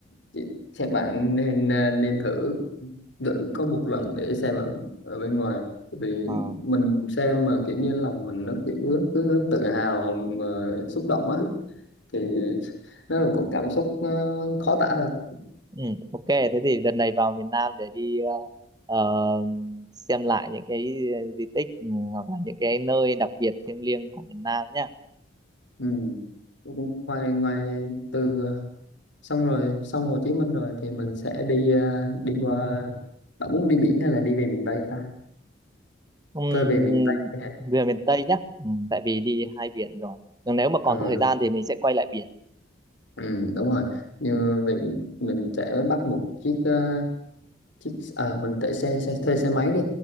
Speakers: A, on the left; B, on the right.
A: chị- xem bạn nên à, nên thử thử có một lần để xem ở ở bên ngoài Tại vì
B: Ờ
A: mình xem mà kiểu như lòng mình nó kiểu cứ tự hào mà xúc động á thì nó là cũng cảm xúc ờ, khó tả được
B: Ừ, ok, thế thì đợt này vào miền Nam để đi ờ, ờ, xem lại những cái di tích ừ, hoặc là những cái nơi đặc biệt thiêng liêng của miền Nam nhá.
A: ừ. Cũng ngoài ngoài từ xong rồi xong Hồ Chí Minh rồi thì mình sẽ đi ờ, đi qua bạn muốn đi biển hay là đi về miền Tây ta
B: Ừm,
A: thôi về miền Tây đi hả?
B: về miền Tây nhá, Ừm, tại vì đi hai biển rồi. Còn nếu mà còn
A: ừ
B: thời
A: đúng
B: gian thì mình sẽ quay lại biển.
A: ừ, đúng rồi như
B: Ừ.
A: về mình, mình sẽ bắt một chiếc ờ, chiếc à, mình thuê xe xe thuê xe máy đi